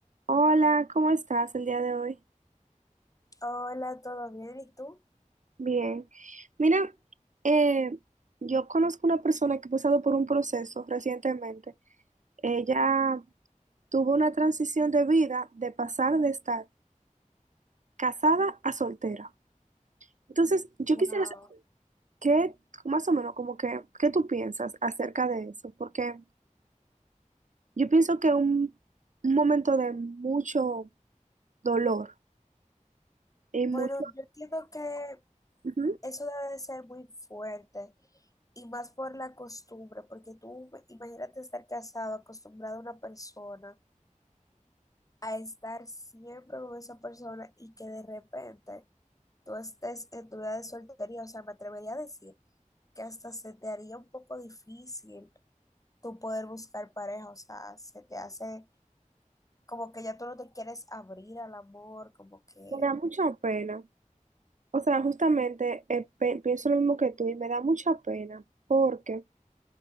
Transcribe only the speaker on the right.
Hola, ¿cómo estás el día de hoy?
Bien. Mira, eh, yo conozco una persona que ha pasado por un proceso recientemente. Ella tuvo una transición de vida de pasar de estar casada a soltera. Entonces, yo
quisiera saber qué, más o menos, como que, qué tú piensas acerca de eso, porque yo pienso que un, un momento de mucho dolor y
mucho,
Ujú,
me da mucha pena. O sea, justamente eh, pe- pienso lo mismo que tú y me da mucha pena porque